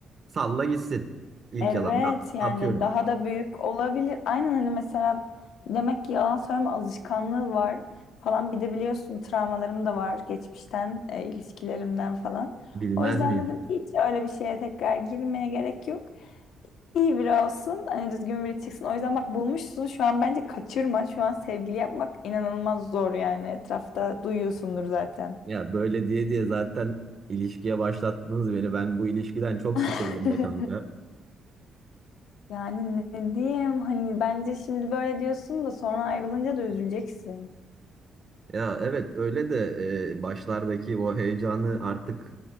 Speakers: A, on the right (about 40°); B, on the left (about 75°).
A: salla gitsin. İlk
B: Evet
A: yalandan
B: yani
A: atıyorum.
B: daha da büyük olabilir. Aynen hani mesela demek ki yalan söyleme alışkanlığı var falan. Bir de biliyorsun travmalarım da var geçmişten, e, ilişkilerimden falan.
A: Bilmez
B: O yüzden
A: miyim?
B: dedim ki hiç öyle bir şeye tekrar girmeye gerek yok. İyi biri olsun, hani düzgün biri çıksın. O yüzden bak bulmuşsun şu an bence kaçırma. Şu an sevgili yapmak inanılmaz zor yani. Etrafta duyuyorsundur zaten.
A: Ya böyle diye diye zaten ilişkiye başlattınız beni. Ben bu ilişkiden çok
B: <laughs>
A: sıkıldım da kanka.
B: Yani ne diyeyim hani bence şimdi böyle diyorsun da sonra ayrılınca da üzüleceksin.
A: Ya evet öyle de e, başlardaki o heyecanı artık